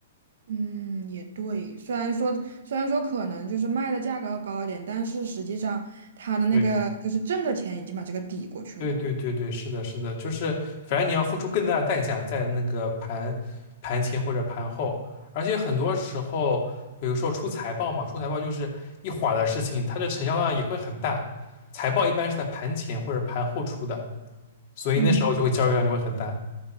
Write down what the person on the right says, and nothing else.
嗯，也对。虽然说，虽然说可能就是卖的价格要高一点，但是实际上他的那个就是挣的钱已经把这个抵过去了。
嗯